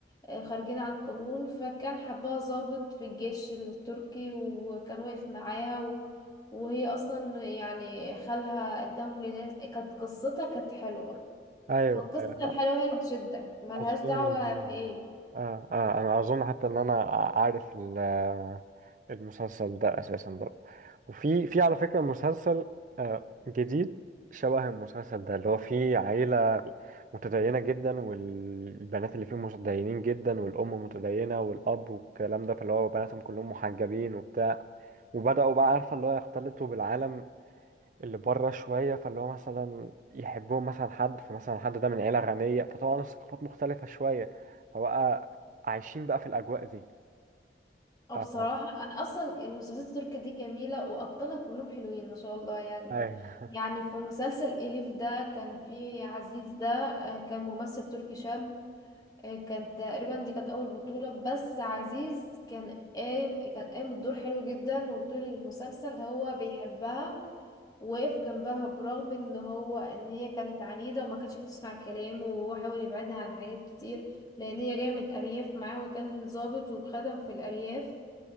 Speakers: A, on the left; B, on the right.
A: آه، خارجين عن القانون فكان حبها ضابط في الجيش التركي وكان واقف معاها و... وهي اصلا يعني خالها قدامهم لناس كانت قصتها كانت حلوة
B: أيوة
A: فالقصة
B: أيوة.
A: الحلوة هي اللي بتشدك ملهاش
B: أظن
A: دعوة بإيه
B: آه آه أنا أظن حتى إن أنا عارف ال- المسلسل ده أساسا برضه وفي في على فكرة مسلسل آه جديد شبه المسلسل ده اللي هو فيه عيلة متدينة جدا والبنات اللي فيه متدينين جدا والأم متدينة والأب والكلام ده فاللي هو بناتهم كلهم محجبين وبتاع وبدأوا بقى عارفة اللي هو يختلطوا بالعالم اللي بره شوية فاللي هو مثلا يحبهم مثلا حد فمثلا حد ده من عيلة غنية فطبعا الثقافات مختلفة شوية فبقى عايشين بقى في الأجواء دي
A: أو
B: آه،
A: بصراحة أنا أصلا المسلسلات التركية دي جميلة وأبطالها كلهم حلوين ما شاء الله يعني
B: أيوة
A: يعني في مسلسل إليف ده كان فيه عزيز ده آه، كان ممثل تركي شاب آه، كانت تقريبا دي كانت اول بطولة بس عزيز كان قايم كان قايم بالدور حلو جدا وطول المسلسل هو بيحبها وقف جنبها برغم ان هو ان هي كانت عنيدة وما كانتش بتسمع كلامه وهو حاول يبعدها عن حاجات كتير لان هي جاية من الارياف معاه وكان ضابط وخدم في الارياف